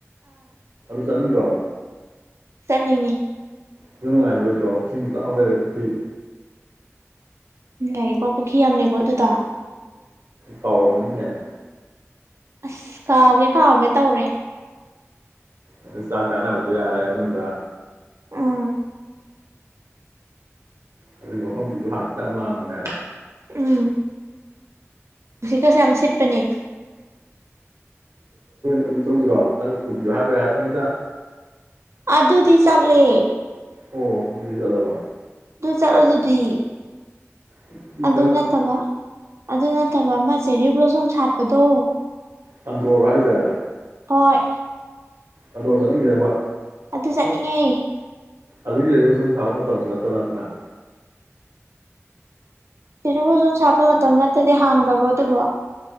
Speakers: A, on the right (about 85°); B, on the right (about 65°).
A: ꯑꯗꯨ ꯆꯠꯅꯤꯡꯗ꯭ꯔꯣ
B: ꯆꯅꯤꯡꯉꯤ
A: ꯑꯗꯨ ꯅꯨꯡꯉꯥꯏꯔꯣꯏꯗ꯭ꯔꯣ ꯏꯁꯤꯡ ꯆꯥꯎꯕ ꯂꯩꯔꯦ ꯄꯨꯈ꯭ꯔꯤ
B: ꯂꯩꯌꯦꯀꯣ ꯄꯨꯈ꯭ꯔꯤ ꯌꯥꯝ ꯂꯩꯀꯣ ꯑꯗꯨꯗ
A: ꯀꯥꯎꯔꯝꯃꯅꯤꯅꯦ
B: ꯑꯁ ꯀꯥꯎꯒꯦ ꯀꯥꯎꯒꯦ ꯇꯧꯔꯦ
A: ꯑꯗꯨ ꯆꯥꯛ ꯀꯥꯅꯕꯁꯨ ꯌꯥꯔꯦ ꯃꯅꯨꯡꯗ
B: ꯑꯥ
A: ꯑꯗꯨ ꯃꯐꯝꯁꯨ ꯍꯥꯡꯆꯤꯠ ꯌꯥꯝ ꯂꯥꯡꯕꯅꯦ ꯍꯥꯢꯕ
B: ꯎꯝ ꯁꯤꯠꯀꯥꯁꯨ ꯌꯥꯝ ꯁꯤꯠꯄꯅꯦ
A: ꯑꯗꯨ ꯆꯧꯁꯤꯔꯣ ꯅꯪꯒꯤ ꯄꯨꯕꯤꯌꯣ ꯍꯥꯏꯕꯥ ꯍꯥꯏꯔꯛꯄꯅꯤꯗ
B: ꯑꯗꯨꯗꯤ ꯆꯂꯦ
A: ꯑꯣ ꯗꯨꯗꯤ ꯖꯂꯕ
B: ꯑꯗꯨ ꯆꯠꯂꯣ ꯑꯗꯨꯗꯤ
A: ꯑꯗꯨꯗꯤ
B: ꯑꯗꯨ
A: ꯀꯔꯝ
B: ꯅꯠꯇꯕ ꯑꯗꯨ ꯅꯠꯇꯕ ꯑꯃ ꯆꯦꯔꯤ ꯕ꯭ꯂꯣꯁꯨꯝ ꯁꯥꯠꯄꯗꯣ
A: ꯑꯟꯗ꯭ꯔꯣꯜ ꯍꯥꯏꯁꯦ
B: ꯍꯣꯏ
A: ꯑꯟꯗ꯭ꯔꯣ ꯆꯠꯅꯤꯡꯉꯤꯔꯕ
B: ꯑꯗꯨ ꯆꯠꯅꯤꯡꯉꯦ
A: ꯑꯗꯨꯒꯤ ꯂꯩꯕꯨ ꯁꯨꯝ ꯊꯥꯕ ꯃꯇꯝꯗ ꯅꯠꯇꯅ ꯅꯞꯅ
B: ꯆꯤꯔꯨꯐꯨꯁꯨꯨꯝ ꯁꯥꯠꯄ ꯃꯇꯝ ꯅꯠꯇꯗꯤ ꯍꯥꯡꯗꯕ꯭ꯔꯣ ꯑꯗꯨꯕꯣ